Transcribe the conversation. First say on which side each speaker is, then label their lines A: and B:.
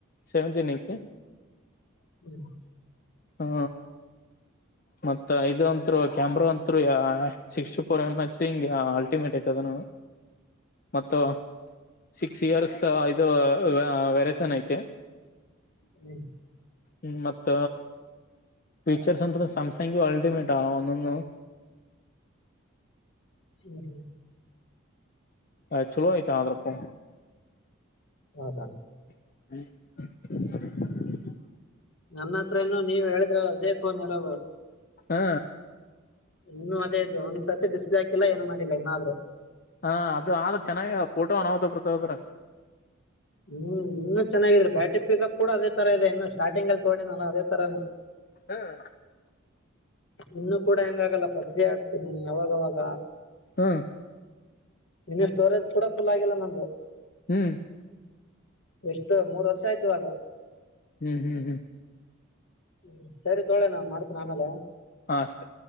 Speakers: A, on the left; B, on the left.
A: ಸೆವೆನ್ ಜನ್ ಐತಿ. <inaudible>
B: ಹ್ಮ್.
A: ಹಾ, ಮತ್ತ ಇದು ಅಂತ್ರು, ಕ್ಯಾಮ್ರಾ ಅಂತ್ರು, ಸಿಕ್ಸ್ಟಿ ಫೋರ್ ಎಮ್ ಎಚ್ ಹಿಂಗ, ಅಲ್ಟಿಮೇಟ್ ಐತಿ ಅದುನು. ಮತ್ತ, ಸಿಕ್ಸ್ ಇಯರ್ಸ್ ಇದು ವೆರಸನ್ ಐತಿ.
B: ಹ್ಮ್.
A: ಹ್ಮ್ ಮತ್ತ, ಫೀಚರ್ಸ್ ಅತ್ರ ಸ್ಯಾಮ್ಸಂಗ್ವು ಅಲ್ಟಿಮೇಟ ಆವ ಒಂದೊಂದು.
B: ಹ್ಮ್ ಹ್ಮ್.
A: ಆ ಚಲೋಯ್ತಾಂದ್ರಪ್ಪ.
B: ಹೌದ
A: ಹ್ಮ್
B: ನನ್ನ ಹತ್ರ ನು ನೀವ್ ಹೇಳಿದ್ರ ಅದೇ ಫೋನ್ ಇರೋದು
A: ಹ್ಮ
B: ಇನ್ನು ಅದೇ ಇದೆ ಒಂದ್ಸರ್ತಿ ಡಿಸ್ಪ್ಲೇ ಆಾಕಿಲ್ಲ ಏನು ಮಾಡಿಲ್ಲ ಇನ್ನನಾದ್ರರು
A: ಹಾ ಅದು ಆದ್ರ ಚೆನ್ನಾಗಫೋಟೋ ಅನಾವತ ಬರ್ತ ಹದ್ರ
B: ಹ್ಮ್ ಇನ್ನುೂ ಚೆನ್ನಾಗಿದ್ರಿ ಬ್ಯಾಟ್ರಿ ಪಿಕಪ್ ಕೂಡ ಅದೇ ತರ ಇದೆ ಇನ್ನು ಸ್ಟಾರ್ಟಿಂಗ್ ಅಲ್ಲಿ ತಗೊಂಡ ನಾನ ಅದೇ ತರಾನೇ
A: ಹ್ಮ್
B: ಇನ್ನು ಕೂಡಾ ಹೆಂಗಾಗಲ್ಲ ಪಬ್ಜಿ ಆಡ್ತೀನಿ ಯಾವಾಗವಾಗ
A: ಹ್ಮ
B: ನಿನ್ನ ಸ್ಟೋರೇಜ್ ಕೂಡ ಫುಲ್ ಆಗಿಲ್ಲ ನಮ್ದು
A: ಹ್ಮ್
B: ಎಷ್ಟು ಮೂರ್ ವರ್ಷ ಆಯ್ತುವಾಗ
A: ಹ್ಮ್ ಹ್ಮ್ ಹ್ಮ್
B: ್ಮ ಸರಿ ತೋಳೆ ನಾನ್ ಮಾಡ್ತೇನೆ ಆಮೇಲೆ
A: ಹಾ ಸರಿ